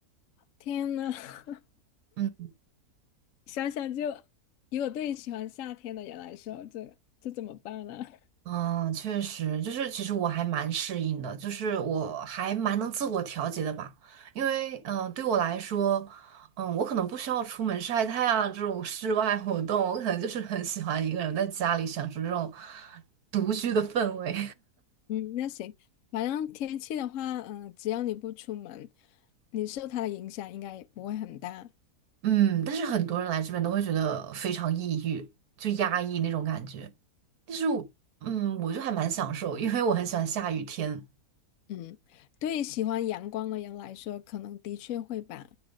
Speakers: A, on the left; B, on the right.
A: 天呐！<laughs>
B: 嗯
A: 想想就，如果对于喜欢夏天的人来说，这这怎么办呢？<laughs>
B: 嗯，确实，就是其实我还蛮适应的，就是我还蛮能自我调节的吧。因为嗯、呃对我来说，嗯，我可能不需要出门晒太阳啊这种室外活动，我可能就是很喜欢一个人在家里享受这种独居的氛围。
A: 嗯，那行，反正天气的话，嗯、只要你不出门，你受它的影响应该也不会很大。
B: <laughs> 嗯，但是很多人来这边都会觉得非常抑郁，就压抑那种感觉。但是我嗯，我就还蛮享受，因为我很喜欢下雨天。
A: 嗯，对于喜欢阳光的人来说，可能的确会吧。